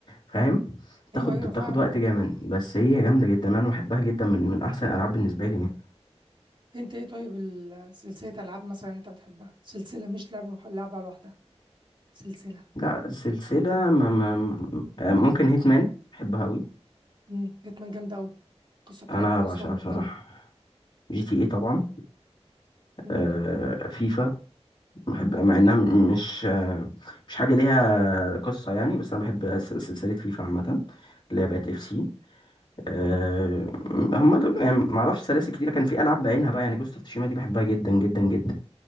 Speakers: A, on the left (about 40°); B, on the right (about 45°).
A: فاهم بتاخد
B: ايوه ايوه
A: بتاخد
B: فاهمة
A: وقت جامد بس هي جامده جدا انا بحبها جدا من من احسن الالعاب بالنسبه لي يعني.
B: انت ايه طيب ال- سلسلة العاب مثلا انت بتحبها سلسلة مش لعبة مح... لعبة لوحدها سلسلة
A: لا سلسله ما ما ممكن هيتمان بحبها قوي
B: امم جتمان جامدة قوي القصة بتاعتها
A: انا بعشقها
B: اصلا
A: بصراحه
B: جامدة
A: جي تي ايه طبعا
B: امم
A: آه، فيفا بحب مع انها م- مش آه، مش حاجه ليها قصه يعني بس انا بحب س- سلسله فيفا عامه اللي هي بقت اف سي آه، هم دول يعني ما اعرفش سلاسل كتير كان في العاب بعينها بقى يعني جوست اوف تشيما دي بحبها جدا جدا جدا